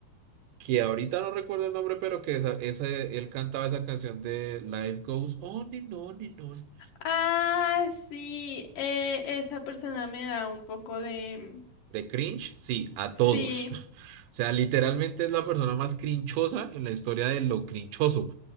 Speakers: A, on the right; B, on the left.
A: que ahorita no recuerdo el nombre, pero que esa, ese- él cantaba esa canción de Life Goes On and On and On.
B: Ah, sí, eh, esa persona me da un poco de...
A: De cringe, sí, a todos.
B: Sí,
A: <laughs> O sea, literalmente es la persona más crinchosa en la historia de lo crinchoso.